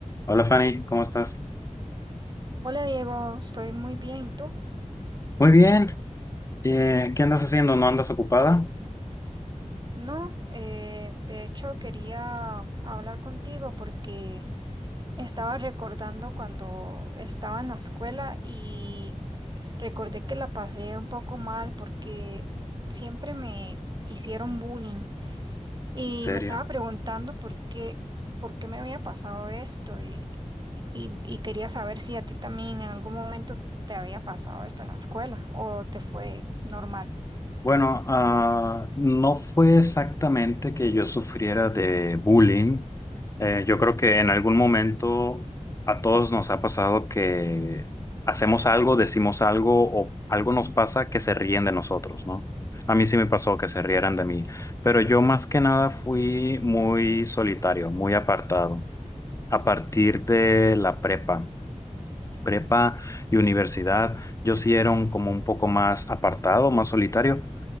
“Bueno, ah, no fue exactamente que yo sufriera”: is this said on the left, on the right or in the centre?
Left